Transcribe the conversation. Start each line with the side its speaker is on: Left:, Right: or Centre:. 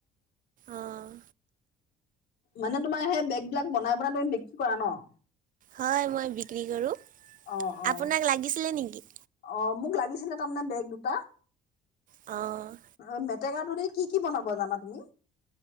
Right: অ'
Left: মানে তোমাৰ সেই বেগ বিলাক বনাই-বনাই তুমি বিক্ৰি কৰা ন'?
Right: হয়, মই বিক্ৰী কৰোঁ।
Left: অ অ
Right: আপোনাক লাগিছিলে নেকি?
Left: অ', মোক লাগিছিলে তাৰমানে বেগ দুটা।
Right: অ'।
Left: অ', মেটেকাটো দি কি কি বনাব জানা তুমি?